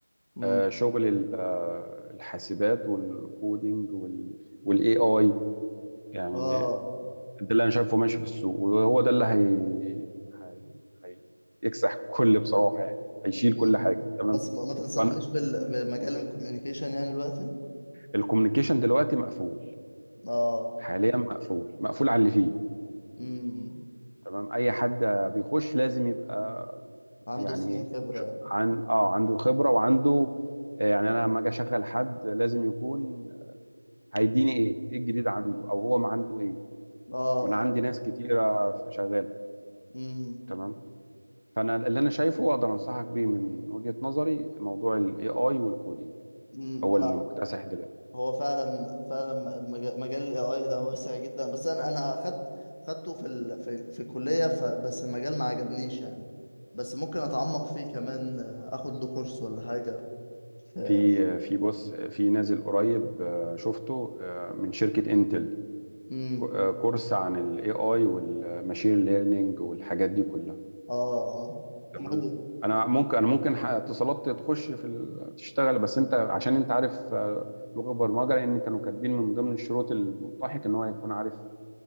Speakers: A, on the left; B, on the right.
A: امم
B: آه شغل ال- آه، الحاسبات والكودينج والاي اي يعني
A: اه
B: ده اللي انا شايفه ماشي في السوق وهو ده اللي هي هي هيكسح كل بصراحه يعني هيشيل
A: مم.
B: كل حاجه تمام
A: بس ما ما تنصحنيش
B: فانا
A: بال... بمجال الكوميونيكيشن يعني دلوقتي
B: الكوميونيكيشن دلوقتي مقفول
A: اه
B: حاليا مقفول مقفول على اللي فيه
A: امم
B: تمام اي حد بيخش لازم يبقى
A: عنده
B: يعني
A: سنين خبرة
B: ش-
A: يعني
B: عن اه عنده خبره وعنده آه، يعني انا لما اجي اشغل حد لازم يكون هيديني ايه ايه الجديد عنده او هو ما عنده ايه
A: اه
B: ما انا عندي ناس كتيره شغاله
A: امم
B: تمام فانا اللي انا شايفه واقدر انصحك بيه من وجهة نظري موضوع الاي اي والكودينج
A: امم
B: هو اللي مكتسح دلوقتي
A: هو فعلا فعلا المجال مجال الاي اي ده واسع جدا بس انا انا اخدت خدته في ال... في في الكلية ف... بس المجال ما عجبنيش يعني بس ممكن اتعمق فيه كمان آه، اخد له كورس ولا حاجة في
B: في في بص في نازل قريب آه، شفته آه، من شركة انتل
A: امم
B: كو- آه، كورس عن الاي اي والماشين ليرنينج والحاجات دي كلها
A: اه اه
B: تمام
A: حلو ده
B: انا ممكن انا ممكن ح- اتصالات تخش في ال- تشتغل بس انت عشان انت عارف آه، لغة برمجة لان كانوا كاتبين من ضمن الشروط الملتحق ان هو يكون عارف